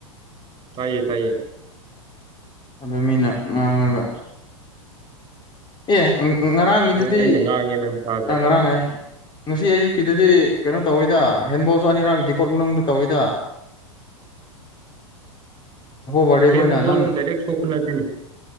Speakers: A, on the right; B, on the left.
A: ꯇꯥꯏꯌꯦ ꯇꯥꯏꯌꯦ
B: ꯑꯗ ꯃꯤꯅ ꯉꯥꯡꯉꯒ ꯑꯦ ꯉꯔꯥꯡꯒꯤꯗꯨꯗꯤ
A: ꯅꯪ ꯑꯩꯅ ꯉꯥꯡꯉꯦ ꯅꯪ ꯇꯥꯗ꯭ꯔꯦ
B: ꯑ ꯉꯔꯥꯡ ꯑ ꯉꯁꯤ ꯑꯌꯨꯛꯀꯤꯗꯨꯗꯤ ꯀꯩꯅꯣ ꯇꯧꯏꯤꯗ ꯍꯦꯟꯕꯣꯜꯁꯨ ꯑꯅꯤꯔꯛ ꯗꯤꯀꯣꯠ ꯃꯅꯨꯡꯗ ꯇꯧꯋꯤꯗ <inaudible> ꯕꯥꯔꯗꯦ ꯑꯩꯈꯣꯏꯅ
A: ꯍꯦꯟꯕꯣꯜꯗꯨ
B: ꯅꯪ
A: ꯗꯥꯏꯔꯦꯛ ꯁꯣꯛꯄ ꯅꯠꯇꯅꯤ